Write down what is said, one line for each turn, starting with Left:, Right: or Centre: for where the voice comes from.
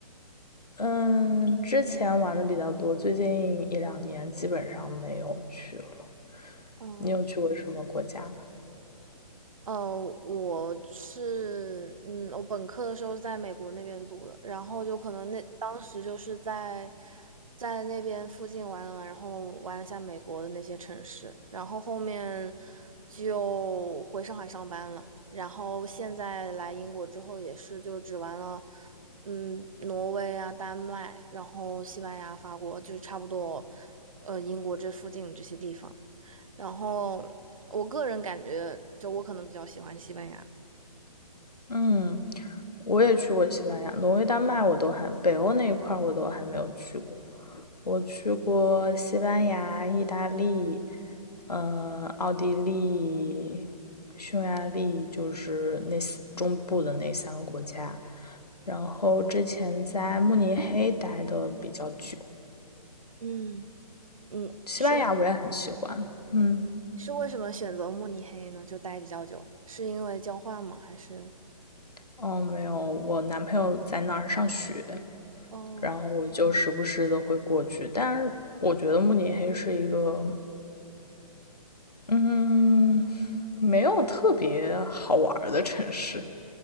Left: 嗯，之前玩的比较多，最近一两年基本上没有去了。
Right: 嗯。
Left: 你有去过什么国家吗？
Right: 呃，我是，嗯，我本科的时候是在美国那边读的，然后就可能那当时就是在在那边附近玩了玩，然后玩了下美国的那些城市，然后后面就回上海上班了，然后现在来英国之后也是就只玩了，嗯，挪威啊、丹麦，然后西班牙、法国，就是差不多，呃，英国这附近这些地方。然后我个人感觉，就我可能比较喜欢西班牙。
Left: 嗯，我也去过西班牙、挪威、丹麦，我都还北欧那一块儿我都还没有去过。我去过西班牙、意大利，嗯、呃奥地利、匈牙利，就是那四中部的那三个国家。然后之前在慕尼黑待的比较久，
Right: 嗯，嗯，
Left: 西班牙我也很喜欢。
Right: 是
Left: 嗯，
Right: 是为什么选择慕尼黑呢？就待比较久，是因为交换吗？还是
Left: 哦，没有，我男朋友在那儿上学，
Right: 哦，
Left: 然后我就时不时的会过去。但是我觉得慕尼黑是一个，嗯，没有特别好玩儿的城市，